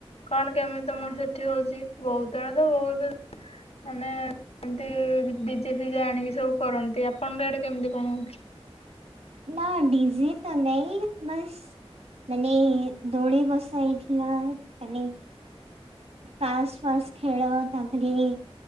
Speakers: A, on the left (about 80°); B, on the right (about 80°).
A: କଣ କେମିତି ତମର ସେଠି ହଉଛି ବହୁତ ବଡ ତ ବହୁତ ମାନେ ଏମତି ଡିଜେପିଜ ଆଣିକି ସବୁ କରନ୍ତି ଆପଣଙ୍କ ଆଡେ କେମିତି କଣ ହଉଛି।
B: ନା ଡିଜିେ ତ ନାଇଁ ବାସ୍ ମାନେ ଦୋଳି ବସା ହେଇଥିଲା ମାନେ ତାସ ଫାସ ଖେଳ ତାପରେ